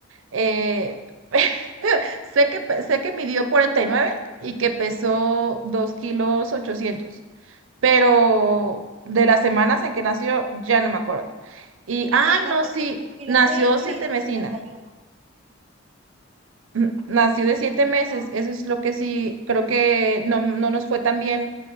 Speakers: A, on the right; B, on the right.
A: eh, <laughs> sé que, pe- sé que midió cuarenta y nueve y que pesó 2 kilos 800. pero de las semanas en que nació ya no me acuerdo. Y, ay,
B: Ella
A: no,
B: pesó
A: sí,
B: tres kilos
A: nació
B: cien
A: siete
B: y midió
A: mesina.
B: 51.
A: Ujú, Nació de siete meses,
B: Wow,
A: eso es lo que sí, creo que no, no nos fue tan bien.